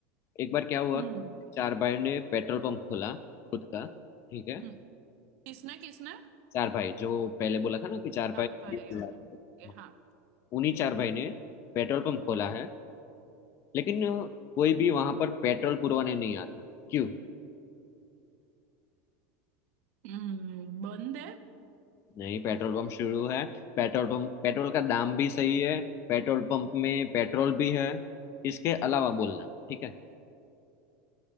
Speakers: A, on the left (about 35°); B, on the right (about 65°).
A: एक बार क्या हुआ
B: हम्म
A: चार भाई ने पेट्रोल पंप खोला खुद का ठीक है
B: हम्म, किसने किसने
A: चार भाई जो पहले बोला था ना कि चार
B: चार
A: भाई
B: भाइयों
A: बीस हजार
B: ने
A: का।
B: ओके हाँ
A: उन्हीं चार भाई ने पेट्रोल पंप खोला है लेकिन अ, कोई भी वहां पर पेट्रोल पुरवाने नहीं आता क्यों
B: हम्म बंद है
A: नहीं पेट्रोल पंप शुरू है पेट्रोल पंप पेट्रोल का दाम भी सही है पेट्रोल पंप में पेट्रोल भी है इसके अलावा बोलना ठीक है